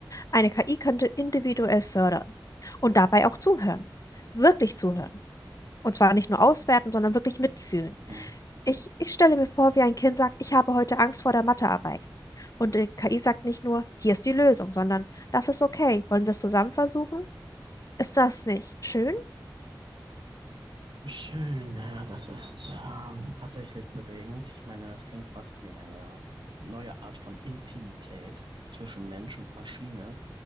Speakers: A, on the left; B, on the right.
A: Eine KI könnte individuell fördern und dabei auch zuhören. Wirklich zuhören. Und zwar nicht nur auswerten, sondern wirklich mitfühlen.
B: Hm.
A: Ich, ich stelle mir vor, wie ein Kind sagt, ich habe heute Angst vor der Mathearbeit. Und die KI sagt nicht nur, hier ist die Lösung, sondern das ist okay. Wollen wir es zusammen versuchen? Ist das nicht schön?
B: Schön, ja, das ist ähm, tatsächlich bewegend. Ich meine, es klingt fast wie eine neue Art von Intimität zwischen Mensch und Maschine.